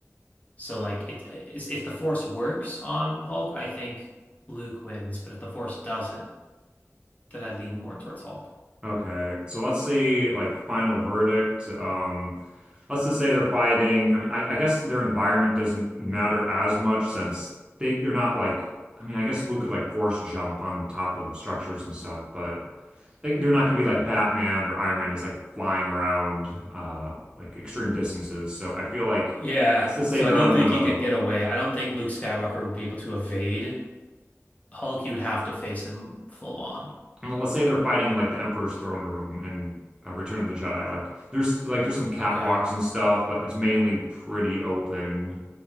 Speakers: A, on the left; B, on the right.
A: So like it's, if the Force works on Hulk, I think Luke wins, but if the Force doesn't, then I lean more towards Hulk.
B: Okay, so let's say like final verdict. Um, let's just say they're fighting. I mean, I, I guess their environment doesn't matter as much since they they're not like. I mean, I guess Luke could like force jump on top of structures and stuff, but they, they're not going to be like Batman or Iron Man just like flying around uh, like extreme distances. So I feel like
A: Yeah,
B: let's just say
A: so
B: they're
A: I don't
B: on
A: think
B: the
A: he could get away. I don't think Luke Skywalker would be able to evade Hulk. He would have to face him full on.
B: Well, let's say they're fighting in like the Emperor's throne room in uh, Return of the Jedi. Like there's like there's some catwalks
A: Okay.
B: and stuff, but it's mainly pretty open.